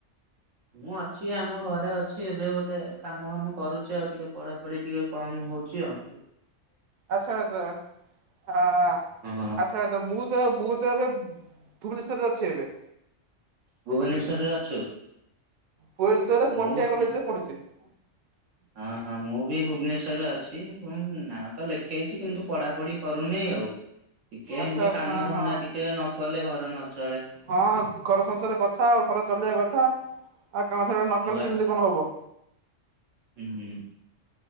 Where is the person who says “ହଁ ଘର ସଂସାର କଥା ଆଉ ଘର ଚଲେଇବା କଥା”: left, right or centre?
Right